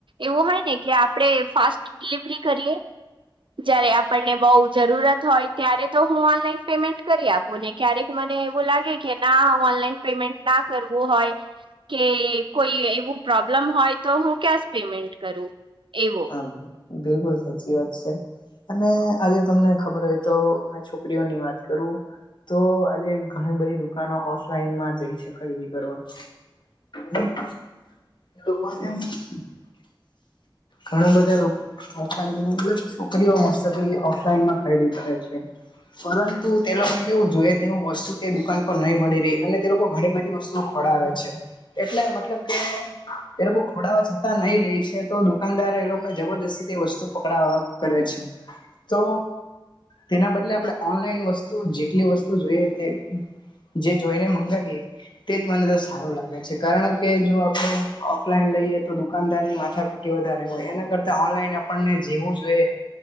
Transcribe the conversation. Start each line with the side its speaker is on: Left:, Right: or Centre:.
Right: એવું હોય ને કે આપડણે ફાસ્ટ ડિલિવરી કરીએ જયારે આપણને બહુ જરૂરત હોય. ત્યારે તો હું ઓનલાઈન પેમેન્ટ કરી આપું ને ક્યારેક મને એવું લાગે કે ના ઓનલાઈન પેમેન્ટ ના કરવુ હોય. કે કોઈ એવું પ્રોબ્લમ હોય, તો હું કેશ પેમેન્ટ કરું એવુ
Left: હા બિલકુલ સાચી વાત છે. અને આજે તમને ખબર હોય, તો મે છોકરીઓની વાત કરુ તો આજે ઘણી બધી દુકાનો ઓફલાઈન માં જઈ છે, ખરીદી કરવા <unintelligible> ઘણા બધા લોકો ઓફલા મલબ છો, કરીઓસ્ટલી ઓફલાઈનમાં ખરીદી કરે છે. પરંતુ તે લોકોને કેવું જોઈએ તેવું વસ્તુ તે દુકાન પર નહી મળી રહી અને તે લોકો ઘણી બધી વસ્તુઓ ખોડાવે છે એટલે મતલબ કે એ લોકો ખોડાવા જતાં નહી લે છે તો દુકાનદાર એ લોકોને જબરજસ્તી વસ્તુ પકડવા કરે છે તો તેના બદલે આપણે ઓનલાઈન વસ્તુ જેટલી વસ્તુ જોઈએ તે જે જોઈને મંગાવીએ તે જ મને તો સારું લાગે છે કારણ કે જો આપડે ઓફલાઈન લઈએ તો દુકાનદારની માથા વધારે હોય એના કરતા ઓનલાઈન આપને જીવું જોઈએ